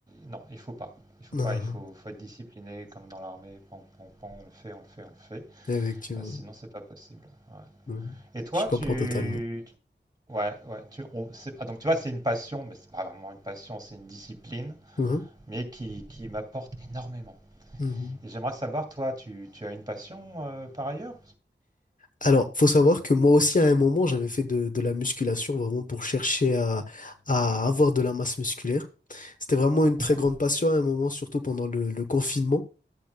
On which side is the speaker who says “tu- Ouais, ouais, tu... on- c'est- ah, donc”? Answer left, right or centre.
Right